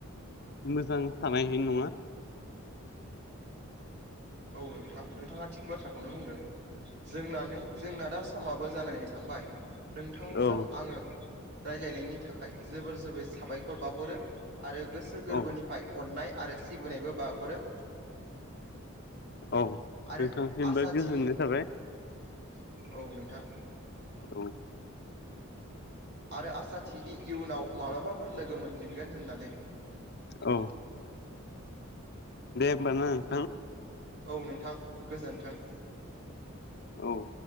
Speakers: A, on the left (about 50°); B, on the right (about 50°).
A: मोजां थानाय नङा।
B: औ नोंथां नोंथाङा थिग बाथ्राखौनो बुंदों। जोंनानै जोंना दा समाबो जानानै थांबाय नोंथांजों
A: औ
B: आङो रायलायनायनि थाखाय जोबोर जोबोर साबायखर बाउहरो। आरो गोसो गोरबोनिफ्राय
A: औ
B: अननाय आरो सिबिनायबो बाहरो।
A: औ
B: आरो
A: नोंथांसिमबो
B: आसा
A: गोजोननाय
B: थि
A: थाबाय
B: <inaudible> औ नोंथां।
A: औ।
B: आरो आसा थियोदि इयुनाव माब्लाबाफोर लोगो मोनफिनगोन होननानै।
A: औ। दे होमबा ना नोंथां।
B: औ नोंथां गोजोन्थों।
A: औ।